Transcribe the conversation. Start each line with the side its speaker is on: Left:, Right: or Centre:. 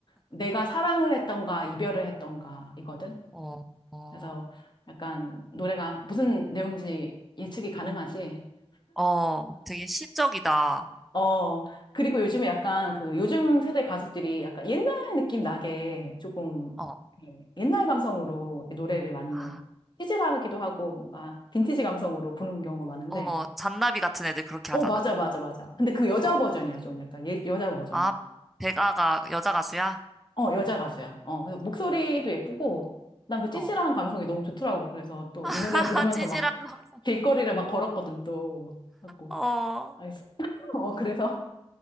Left: 내가 사랑을 했던가 이별을 했던가 이거든.
Centre: 어. 어.
Left: 그래서 약간 노래가 무슨 내용인지 예측이 가능하지.
Centre: 어, 되게 시적이다.
Left: 어, 그리고 요즘에 약간 그 요즘 세대 가수들이 약간 옛날 느낌 나게 조금
Centre: 어.
Left: 이렇게 옛날 감성으로 노래를 많이
Centre: 아.
Left: 찌질하기도 하고 뭔가 빈티지 감성으로 부르는 경우가 많은데,
Centre: 어, 잔나비 같은 애들 그렇게
Left: 어,
Centre: 하잖아.
Left: 맞아, 맞아, 맞아. 근데 그 여자
Centre: 어.
Left: 버전이야, 좀 약간. 예, 여자 버전.
Centre: 아, 백아가 여자 가수야?
Left: 어, 여자 가수야. 어, 그래서 목소리도
Centre: 응.
Left: 예쁘고, 난 그 찌질한
Centre: 어.
Left: 감성이 너무 좋더라고. 그래서 또
Centre: <laughs>
Left: 이 노래 들으면서
Centre: 찌질한
Left: 막
Centre: 거. 하면서.
Left: 길거리를 막 걸었거든, 또. 갖고.
Centre: 어.
Left: 알겠어. <laughs> 어, 그래서.